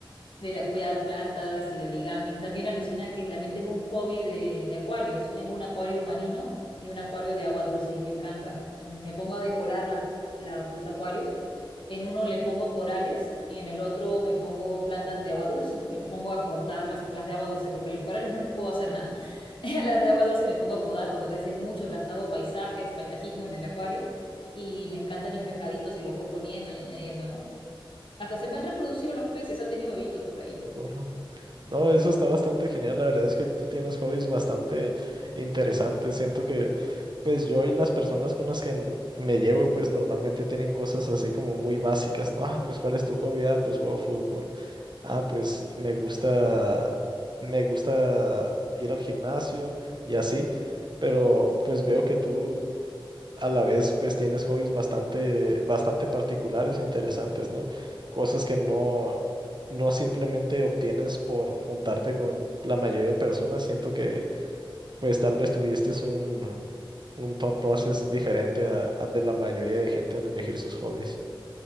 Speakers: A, on the left; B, on the right.
A: de la cuidar plantas y de origami. También alucina que también tengo un hobby de, de acuarios. Tengo un acuario marino y un acuario de agua dulce y me encanta. Me pongo a decorar las, las- los acuarios. En uno le pongo corales y en el otro me pongo plantas de agua dulce. Y me pongo a cortar las, las de agua dulce porque a los corales no les puedo hacer nada. <laughs> A las de agua dulce me pongo a podar cuando crecen mucho, las hago paisajes, paisajismo en el acuario y me encantan mis pescaditos y los voy poniendo y añadiendo, ¿no? Hasta se me han reproducido los peces, ha tenido bebitos por ahí.
B: de Corra. No, eso está bastante genial. La verdad es que tú tienes hobbies bastante interesantes. Siento que, pues yo y las personas con las que n- me llevo, pues normalmente tienen cosas así como muy básicas, ¿no? Ah, pues ¿cuál es tu hobby? Ah, pues juego fútbol. Ah, pues me gusta, me gusta ir al gimnasio y así. Pero pues veo que tú a la vez pues tienes hobbies bastante, bastante particulares e interesantes, ¿no? Cosas que no, no simplemente obtienes por juntarte con la mayoría de personas. Siento que pues tal vez tuviste un, un thought process diferente a- al de la mayoría de gente al elegir sus hobbies.